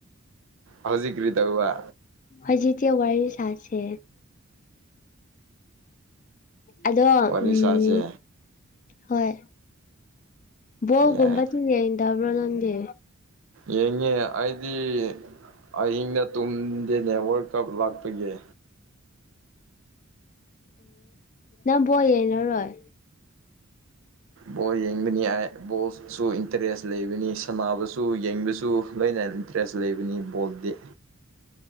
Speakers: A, on the right; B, on the left.
A: ꯍꯧꯖꯤꯛ ꯀꯔꯤ ꯇꯧꯕ
B: ꯍꯧꯖꯤ ꯇ ꯋꯥꯔꯤ ꯁꯥꯁ ꯑꯗꯣ
A: ꯋꯥꯔꯤ
B: ꯎꯝ
A: ꯁꯥꯁꯦ
B: ꯍꯣꯏ ꯒꯣꯜꯒꯨꯝꯕ
A: ꯌꯥꯏ
B: ꯇꯤꯟ ꯌꯦꯟ ꯇꯕ꯭ꯔꯣ ꯅꯪꯗꯤ
A: ꯌꯦꯡꯉꯦ ꯑꯩꯗꯤ ꯑꯍꯤꯡꯗ ꯇꯨꯝꯗꯦꯅꯦ ꯋꯥꯔꯜ ꯀꯞ ꯂꯥꯛꯄꯒꯤ
B: ꯑꯣ ꯕꯣꯜ ꯌꯦꯡꯅꯔꯣꯏ
A: ꯕꯣꯜ ꯌꯦꯡꯕꯅꯤ ꯕꯣꯜꯁꯨ ꯏꯟꯇꯔꯦꯁ ꯂꯩꯕꯅꯤ ꯁꯥꯟꯅꯕꯁꯨ ꯌꯦꯡꯕꯁꯨ ꯂꯣꯏꯅ ꯏꯟꯇꯔꯦꯁ ꯂꯩꯕꯅꯤ ꯕꯣꯜꯗꯤ